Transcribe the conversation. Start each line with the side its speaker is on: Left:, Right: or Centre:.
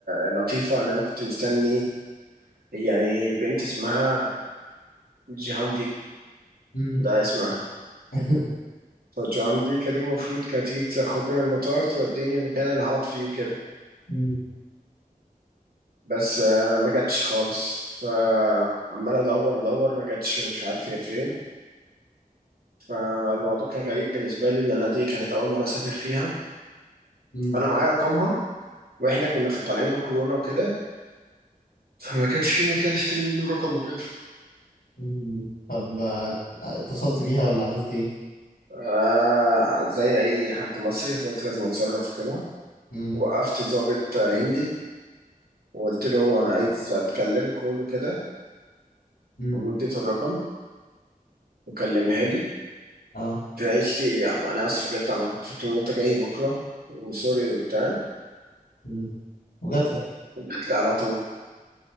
Right: اللطيفه ان انا كنت مستني يعني بنت اسمها جيهان
Left: مم.
Right: لا اسمع
Left: <laughs>
Right: فالجران دي كان دي المفروض كانت تيجي تاخدني من المطار توديني المكان اللي هقعد فيه وكده
Left: مم.
Right: بس آه، ما جاتش خالص فعمال ادور ادور ما جاتش مش عارف هي فين فالموضوع كان غريب بالنسبه لي وانا دي كانت اول مره اسافر فيها
Left: مم.
Right: فانا معايا رقمها واحنا كنا خ- طالعين من كورونا وكده فما كانش في مكان اشتري منه رقم وكده
Left: مم. طب آه، اتصلت بيها ولا عملت ايه؟
Right: آه زي اي حد مصري فقلت لازم اتصرف كده
Left: مم.
Right: وقفت ضابط آه، هندي وقلت له انا عايز اتكلم كول وكده
Left: مم.
Right: واديته الرقم وكلمها لي
Left: اه
Right: قالت لي يعني انا اسف جدا انا كنت فاكر ان انت جاي بكره وسوري وبتاع
Left: مم. وجات لك
Right: جات لي على طول